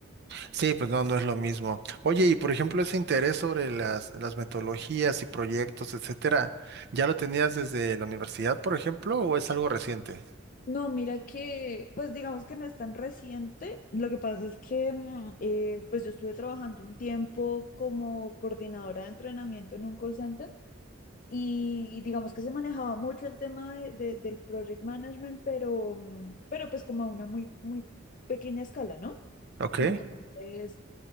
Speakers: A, on the right; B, on the left.
A: Sí, pues no, no es lo mismo. Oye, y por ejemplo, ese interés sobre las, las metodologías y proyectos, etcétera, ¿ya lo tenías desde la universidad, por ejemplo, o es algo reciente?
B: No, mira que, pues digamos que no es tan reciente, lo que pasa es que, mm, eh, pues yo estuve trabajando un tiempo como coordinadora de entrenamiento en un call center y digamos que se manejaba mucho el tema de- de- del project management, pero, mm, pero pues como a una muy, muy pequeña escala, ¿no?
A: Ok.
B: Entonces,